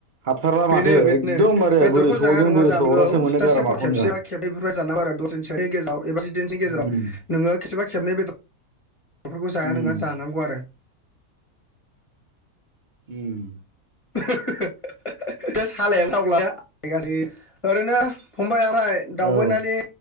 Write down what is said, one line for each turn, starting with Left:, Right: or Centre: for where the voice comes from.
Right: हाबथारला माथो
Left: बेनो बेनो
Right: एकदमबारे
Left: बेदरखौ
Right: बोरै सहदों
Left: जाया नुङा
Right: बोरै
Left: जानगौ
Right: सहरासो मोनो
Left: सप्तासेफोर
Right: गारामाखौनो
Left: खेबसे
Right: आं
Left: खेबनैफोर जानांगौ आरो दस दिनसेनि गेजेराव एबा जिदिननि गेजावनोङो
Right: उम
Left: खेबा खेबनै बेदर, फोरखौ जाया
Right: उम
Left: नङा जानांगौ आरो
Right: उम
Left: <unintelligible> बे सालानो दावब्लाास ओरैनो फंबाय आं ओमफ्राय दावबानायनि
Right: औ